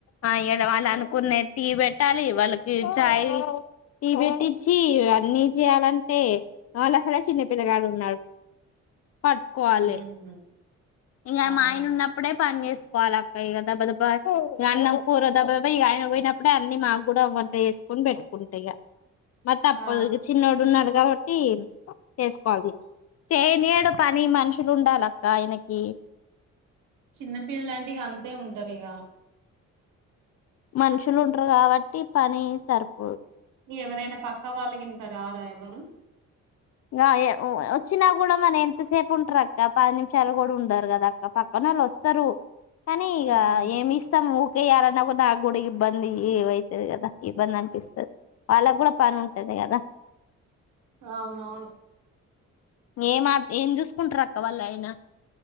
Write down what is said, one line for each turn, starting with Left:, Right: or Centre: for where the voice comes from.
Left: ఆ ఇడ వాళ్ళు అనుకునే టీ పెట్టాలి వాళ్ళకి చాయ్ టీ పెట్టించి అన్నీ చేయాలంటే వాళ్ళ అసలు చిన్న పిల్లగాడు ఉన్నాడు ప కోవాలి
Right: హ్మ్.
Left: ఇంకా
Right: అవును
Left: మా ఆయన ఉన్నప్పుడే పని చేసు పాలక్క ఇక దెబ దబ్బా ఇ అన్నం కూర దెబదబ్బా ఇక ఆయన పోయినప్పుడే అన్ని మాకు కూడా అమంట వేసుకొని పెట్టుకుంటా ఇక మ తప్పదు
Right: ఆ
Left: చిన్నోడు ఉన్నాడుగా తన్ చేసుకోవాలి చేనేడు పని మనుషులు ఉండాలిక్క ఆయనకి
Right: చిన్నపిల్లలాంటి అంతే ఉంటారు ఇక
Left: మనుషులు ఉంటారు కాబట్టి పని సరిపో
Right: ఎవరైనా పక్క వాళ్ళుకి ఇంకా రారా ఎవరు
Left: గా వచ్చినా కూడా మన ఎంతసేపు ఉంటారు అక్క పది నిమిషాలు కూడా ఉండరు కదా అక్క పక్కన వాళ్ళు వస్తారు కానీ ఇగ
Right: హ్మ్.
Left: ఏమి ఇస్తాము ఇయాలన్నా కూడా నాకు కూడా ఇబ్బంది ఏ అవుతుది కదా ఇబ్బంది అనిపిస్తుంది వాళ్ళకి కూడా పని ఉంటది కదా
Right: అవునవును
Left: ఏ మా ఏం చూసుకుంటారు అక్క వాళ్ళు అయిన